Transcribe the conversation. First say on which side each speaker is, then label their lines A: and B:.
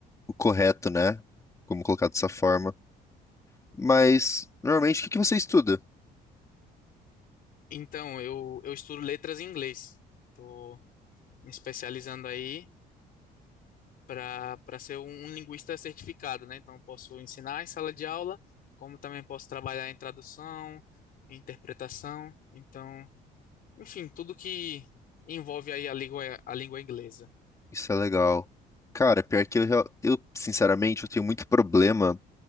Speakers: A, on the left (about 20°); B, on the left (about 60°).
A: o correto, né? Como colocar dessa forma. Mas, normalmente, o que que você estuda?
B: Então, eu, eu estudo letras em inglês. Estou me especializando aí para para ser um, um linguista certificado, né? Então, eu posso ensinar em sala de aula, como também posso trabalhar em tradução, em interpretação. Então, Enfim, tudo que envolve aí a língua, a língua inglesa.
A: Isso é legal. Cara, pior que eu, real- eu sinceramente, eu tenho muito problema